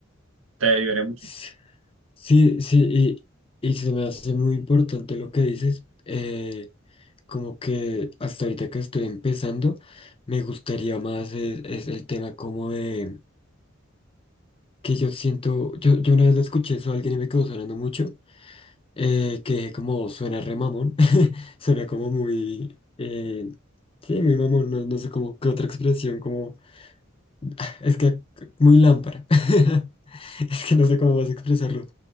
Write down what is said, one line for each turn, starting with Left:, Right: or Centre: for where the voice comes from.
Right: te ayudaré mucho.
Left: sí. Sí, sí, y, y se me hace muy importante lo que dices, eh, como que hasta ahorita que estoy empezando, me gustaría más es, es el tema como de que yo siento, yo, yo una vez lo escuché eso a alguien y me quedó sonando mucho, eh, que como suena re mamón, <laughs> suena como muy, eh, sí, muy mamón, no, no sé cómo, qué otra expresión, como <laughs> Es que muy lámpara. <laughs> Es que no sé cómo vas a expresarlo.